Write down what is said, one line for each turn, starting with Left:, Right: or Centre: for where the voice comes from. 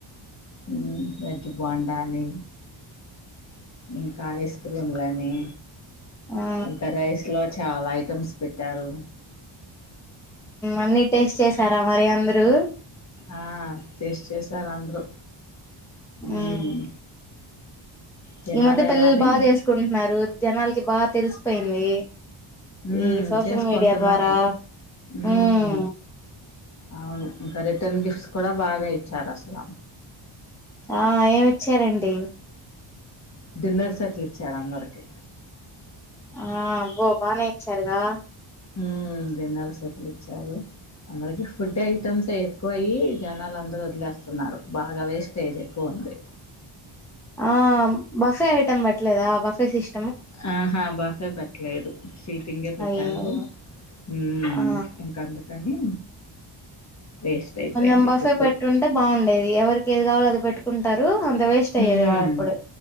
Left: హ్ వెజ్జు బొండా అని ఇంకా ఐస్ క్రీమ్ గానీ
Centre: ఆ
Left: ఇంకా రైస్ లో చాలా ఐటమ్స్ పేట్టారు
Centre: అన్ని టేస్ట్ చేసారా మరి అందరూ
Left: ఆ టేస్ట్ చేసారు అందరూ
Centre: ఉమ్మ్
Left: మ్మ్ తినాలే
Centre: ఈ మధ్య పిల్లలు
Left: గాని
Centre: బాగా చేసుకుంటున్నారు జనాలకి బాగా తెలిసిపోయింది
Left: ఉమ్మ్
Centre: ఈ సోషల్
Left: చేసుకుంటున్నాకు
Centre: మీడియా ద్వారా
Left: ఉమ్మ్
Centre: ఉమ్
Left: అవును ఇంక రిటర్న్ గిఫ్ట్స్ కూడా బాగా ఇచ్చారు అసల
Centre: ఆ ఏమి ఇచ్చారేంటి
Left: డిన్నర్ సెట్ లిచ్చారు అందరికీ
Centre: ఆ అబ్బో బానే ఇచ్చారుగా
Left: ఉమ్మ్ డిన్నర్ సెట్లు ఇచ్చారు అందరికి ఫుడ్ ఐటమ్సే ఎక్కువ అయ్యి జనాలు అందరు వదిలేస్తున్నారు బాగా వేస్టేజ్ ఎక్కువుంది
Centre: ఆ బఫే ఐటమ్ పెట్టలేదా బఫ్ పెసిష్
Left: ఆహా బఫే పెట్టలేదు సీటింగే పెట్టారు
Centre: అయ్యయ్యో
Left: మ్మ్
Centre: ఆ
Left: ఇంక అందుకని వేస్ట్ అయిపోయింది
Centre: కొంచెం బఫే
Left: ఫుడ్డు
Centre: పెట్టుంటే బావుండేది ఎవరికి ఏది కావాలో అది పెట్టుకున్ టారూ అన్ తే వేస్ట్ అయ్యేది
Left: ఉమ్
Centre: కాదు అప్పుడు